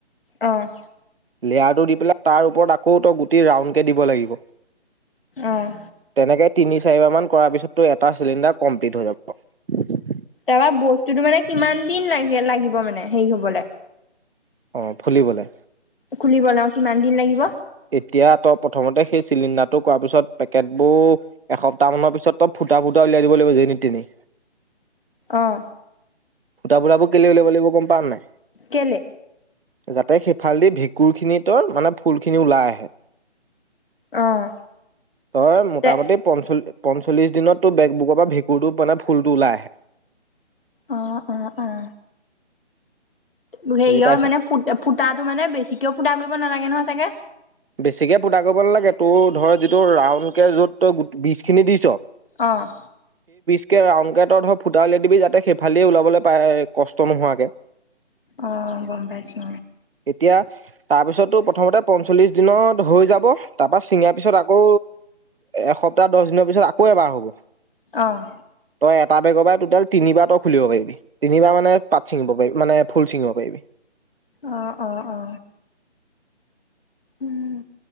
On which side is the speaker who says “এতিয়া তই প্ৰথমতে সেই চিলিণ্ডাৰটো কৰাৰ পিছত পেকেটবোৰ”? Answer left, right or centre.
Right